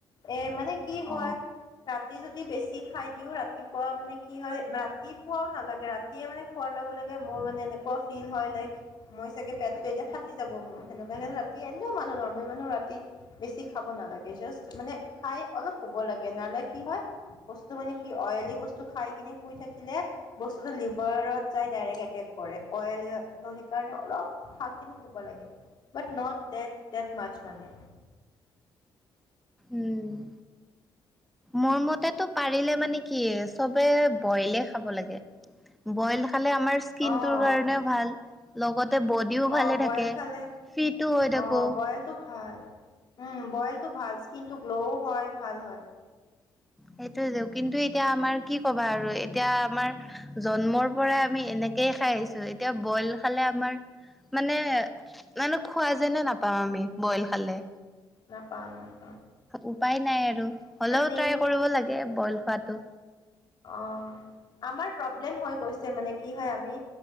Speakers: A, on the left (about 55°); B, in the centre.
A: এ মানে কি হয়
B: অ
A: তাত ৰাতি যদি বেছি খাই দিওঁ ৰাতিপুৱা মানে কি হয় ৰাতিপুৱাও নালাগে ৰাতিয়ে মানে খোৱাৰ লগে লগে মোৰ মানে এনেকুৱা ফিল হয় লাইক মই চাগে পেটটো এতিয়া ফাটি যাব মোৰ সেনেকুৱা ৰাতি এনেও মানুহ নৰ্মেল মানুহ ৰাতি বেছি খাব নালাগে জাষ্ট মানে খাই অলপ কব লাগে নহ'লে কি হয় বস্তুতটো মানে কি অইলি বস্তু খাই কিনে শুই থাকিলে বস্তুতটো লিভাৰত যায় ডাইৰেক্ এটেক অই ত সেইকাৰণে অলপ খ কিি শুব লাগে বাট নট ডেট মাচ্ মানে
B: উম মোৰ মতেতটো পাৰিলে মানে কি চবে বইলে খাব লাগে, বইল খালে আমাৰ স্কিনটোৰ
A: অ
B: কাৰণেও ভাল লগত ততে বডিও
A: অ',
B: ভালে
A: বইল
B: থাকে,
A: খালে
B: ফিটো হৈ থাকো
A: অ', বইলটো ভাল। উম বইলটো ভাল স্কিনটো গ্ল'ও হয়, ভাল হয়
B: সেইটোয়ে য কিন্তু এতিয়া আমাৰ কি কবা আৰু এতিয়া আমাৰ জন্মৰ পৰাই আমি এনেকেই খাই আহিছো এতিয়া বইল খালে আমাৰ মানে মানে খোৱা যেনে নাপাও আমি বইল খালে
A: ন পাম ন
B: উপায় নাই আৰু হ'লেও
A: মেইন
B: ট্ৰাই কৰিব লাগে বইল খোৱাটো।
A: অঁহ, আমাৰ প্ৰব্লেম হৈ গৈছে মানে কি হয় আমি